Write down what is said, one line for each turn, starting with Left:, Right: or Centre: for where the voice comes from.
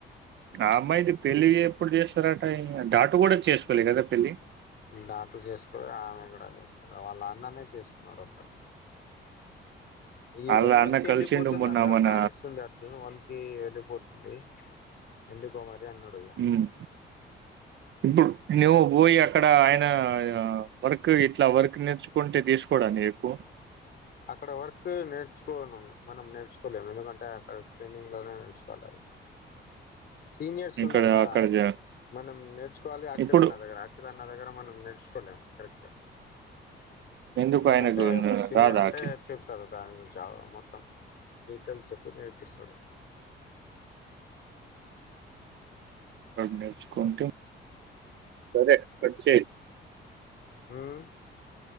Right: ఆ అమ్మాయిది పెళ్ళి ఎప్పుడు చేస్తారట <inaudible> దాటు కూడా చేసుకోలే కదా పెళ్ళి
Left: డాటు చేసుకోలే ఆమె కూడా చేసుకోలే వాళ్ళ అన్ననే చేసుకున్నాడు ఒక్కడే ఇవన్
Right: ఆళ్ళ
Left: నుంచి
Right: అన్న
Left: వెళ్ళిపోతుందట
Right: కలిసిండు మొన్న మన
Left: మానేస్తుంది అర్జున్ వన్ క వెళ్ళిపోతుంది ఎందుకో మరి టనడయా
Right: హ్మ్ ఇప్పుడు నువ్ పోయి అక్కడ ఆయన వర్క్ ఇట్లా వర్క్ నేర్చుకుంటే తీసుకోవడానికి ఎక్కువ
Left: అక్కడ వర్క్ నేర్చుకోను మనం నేర్చుకోలేము ఎందుకంటే అక్కడ ట్రైనింగ్ లోనే నేర్చుకోవాలి సీనియర్స్
Right: ఇక్కడ
Left: ఉండారుగా
Right: అక్కడ జ
Left: మనం నేర్చుకోవాలి అఖిలాన్న
Right: ఇప్పుడు
Left: దగ్గర అఖిలాన్న దగ్గర మనం నేర్చుకోలేం కరెక్ట్
Right: ఎందుకు
Left: ఎందుకంటే
Right: ఆయనకు
Left: ఒక సీనియర్
Right: రాదా
Left: ఉంటే
Right: అఖిల్
Left: చెప్తారు దాని గురించా మొత్తం డీటెయిల్స్ చెప్పి నేర్పిస్తాడు
Right: ఆది నేర్చుకుంటే సరే కట్ చేయ్
Left: ఉమ్